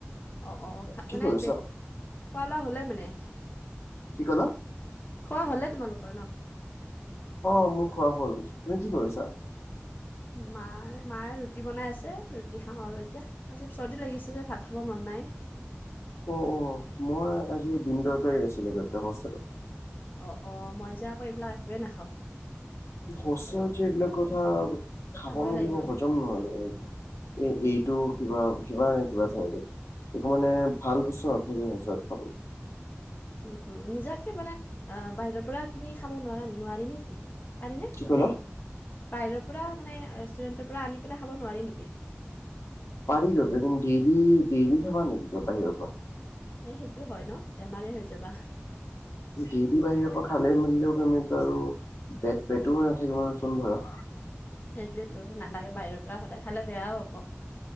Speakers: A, on the left; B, on the left.
A: অ' অ' অ'!
B: কি
A: মানে
B: কৰিছ
A: খোৱা-লোৱা হ'লে মানে?
B: কি ক'লা?
A: খোৱা হ'লে তোমালোকৰ ন'?
B: অ'! মোৰ খোৱা হ'ল। তুমি কি কৰিছা?
A: মায়ে, মায়ে ৰুটি বনাই আছে, ৰুটি খাওঁ আৰু এতিয়া। আজি চৰ্দি লাগিছে যে, ভাত খাব মন নাই।
B: অ' অ'! মই আজি, ডিম তৰকাৰী আছিলে, হোষ্টেলত।
A: অ' অ'! মই যে আকৌ, এইবিলাক একোৱে নাখাওঁ।
B: <unintelligible> খাব
A: খাবই
B: মেলিব,
A: লাগিব মানে
B: হজম নহয় এ,। এইটো কিবা, কিবা নে, <unintelligible> এইটো মানে, ভাল বস্তু নাথাকে, সঁচৰাত খাবলে।
A: উম, উম। নিজাকে মানে, আঁ বাহিৰৰ পৰা, কিনি খাব নোৱাৰা, নোৱাৰি নেকি? আনে নে,
B: কি ক'লা
A: নে? বাহিৰৰ পৰা মানে, ৰেষ্টুৰেণ্টৰ পৰা আনি পেলাই, খাব নোৱাৰি নেকি?
B: পাৰি। ডেইলি, ডেইলি খাব নেকি বাহিৰৰ পৰা?
A: এই, সেইটো হয় ন'! বেমাৰে হৈ যাবা!
B: ডেইলি বাহিৰৰ পৰা, খালে-মেলিলেও <unintelligible> আৰু পেট-পেটটো হৈ নাথাকিব আৰু চোন ধৰা।
A: সেইটোৱেতো! নালাগে, বাহিৰৰ পৰা সদায় খালে, বেয়াও হ'ব।